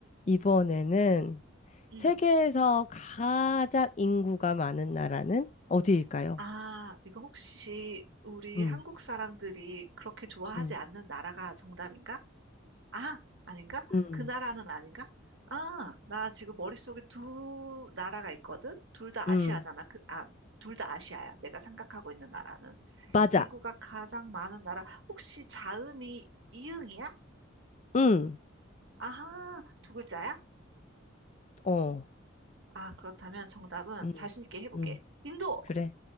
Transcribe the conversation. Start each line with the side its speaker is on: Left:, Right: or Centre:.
Left: 이번에는
Right: 음.
Left: 세계에서 가장 인구가 많은 나라는 어디일까요?
Right: 아, 이거 혹시 우리
Left: 음,
Right: 한국 사람들이 그렇게 좋아하지
Left: 음,
Right: 않는 나라가 정답인가? 아, 아닌가?
Left: 음,
Right: 그 나라는 아닌가? 아, 나 지금 머릿속에 두 나라가 있거든? 둘 다
Left: 음.
Right: 아시아잖아. 그, 아, 둘 다 아시아야. 내가 생각하고 있는 나라는.
Left: 맞아.
Right: 인구가 가장 많은 나라. 혹시 자음이 이응이야?
Left: 음,
Right: 아하, 두 글자야?
Left: 어,
Right: 아, 그렇다면 정답은
Left: 음,
Right: 자신 있게 해볼게.
Left: 음.
Right: 인도!
Left: 그래.